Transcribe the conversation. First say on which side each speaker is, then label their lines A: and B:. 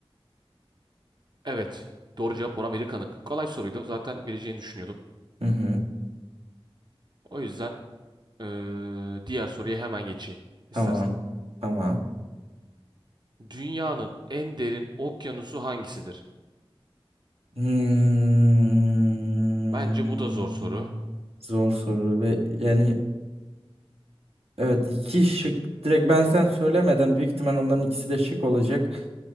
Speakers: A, on the right; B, on the right.
A: Evet. Doğru cevap Orhan Veli Kanık. Kolay soruydu. Zaten bileceğini düşünüyordum.
B: Hı hı.
A: O yüzden eee, diğer soruya hemen geçeyim istersen.
B: Tamam. Tamam.
A: Dünyanın en derin okyanusu hangisidir?
B: Hmm,
A: Bence bu da zor soru.
B: zor soru ve yani Evet iki şık. Direkt ben sen söylemeden büyük ihtimal onların ikisi de şık olacak.